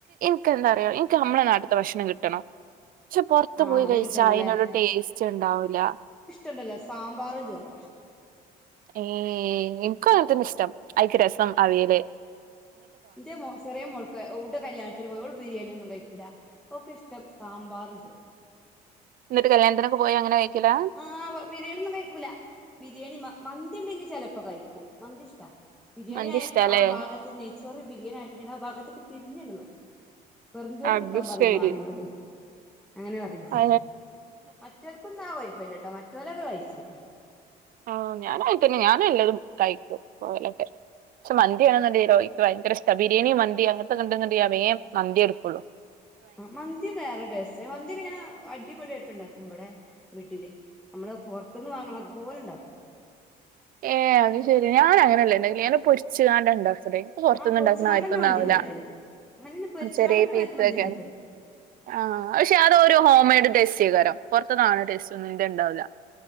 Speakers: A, on the right; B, in the centre.
A: എന്താറ എനിക്ക് നമ്മളെ നാട്ടത്തെ ഭക്ഷണം കിട്ടണം പക്ഷെ പൊറത്ത്
B: ആഹ്
A: പോയി
B: അത്
A: കഴിച്ചാ
B: കിട്ടണല്ലേ
A: അതിനൊരു ടേസ്റ്റ് ഉണ്ടാവൂല
B: ണ്ടല്ലോ സാമ്പാറ ചോറ
A: ഏ ഇൻകോ അന്തന് ഇഷ്ടം അഐക്ക രസം അവിയാൽ
B: എന്റെ ചെറിയ മുൾക്ക് ഉവിടെല്യാണത്തിന് പോയോൾ ബിരിയാണി ഒന്ന കഴിക്കും ഒക്കെ ഇഷ്ടം സാമ്പാർ ചോറ്
A: എന്നിട്ട് കല്യാത്തിനൊക്ക പോ അങ്ങനെ കഴിക്കല
B: ആ ബിരിയാണി ഒന്നും കഴിക്കൂല ബിരിയാണി മന്തി ഉണ്ടെങ്കിൽ ചിലപ്പോ കഴിക്കും മന്തി ഇഷ്ട്ട ബിരിയാണി
A: അനക്ക്
B: ആ
A: ഇഷ്ടാല്ലേ
B: ആ ഭാഗത്ത് നെയ്ച്ചോറി ബിരിയാണി ആയിട്ടുണ്ടെങ്കിൽ ആ ഭാഗത്ത് തിരിഞ്ഞന്നെ നോക്ക വെറുംചോറ്
A: അത്
B: എടുക്കാൻ പറയും
A: ശരി
B: മാറിനോട് അങ്ങനെ പറയൂ
A: ഏ,
B: മറ്റവർക്കൊന്നാ കുഴപ്പില്ലട്ടോ മറ്റവലൊക്കെ കഴച്ചു
A: ആ ഞാനയി തന്നെ ഞാന എല്ലരും കഴിക്കും പോലൊക്കെ പക്ഷെ മന്തിയാണെന്നുണ്ടല്ലോക്ക് ഭയങ്കര ഇ്ട ബിരിയാണി മന്തി അങ്ങനത്തെ കണ്ടുണ്ട മേൻ മന്തി എടുക്കുള്ളു
B: ആ മന്തി വേറെ ടേസ്റ്റ മന്തിയൊക്കെ ഞാൻ അടിപൊളിയ ആയിട്ട് ഉണ്ടാക്കുമ്പടെ വീട്ടില് നമ്മള് പുറത്തന്ന് വാങ്ങണം അതുപോലെ ഇണ്ടാക്കും
A: ഏ അത് ശരി ഞാന അങ്ങനല്ലേണ്ടെങ്ക ങ്ങനെ പൊരിച്ച് കാണ്ടുണ്ടോ ഇപ്പ പുൊറത്തൊന്നും
B: ആ പൊരിച്ചുകാണ്ടന്നെ
A: ഇണ്ടാക്കുന്ന ആത്തൊന്നും
B: മന്തി
A: ആവില്ല
B: ഉണ്ടാക്കിയത് അങ്ങനെന്നെ പൊരിച്ചുകാണ്ടന്നെ
A: ചെറിയ പസൊക്കെ
B: മന്തി ഉണ്ടാക്കല്
A: ആ പക്ഷെ അതോ ഹോം മെയ്ഡ് ടെസ്റ്റ് ചെയ്തുതരാം പുറത്തതണ ടെസ്റ്റ് ഒന്നുംറെ ഇണ്ടാവില്ല